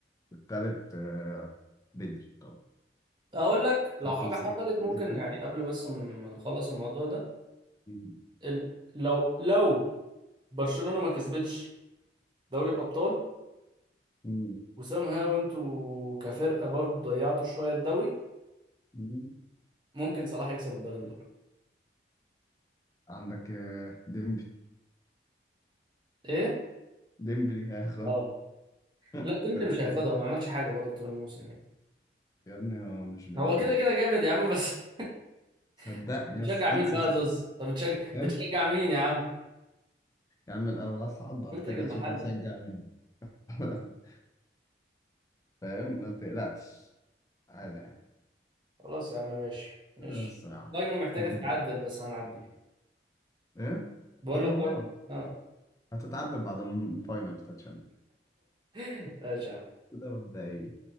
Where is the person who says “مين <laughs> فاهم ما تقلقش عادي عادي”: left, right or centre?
Left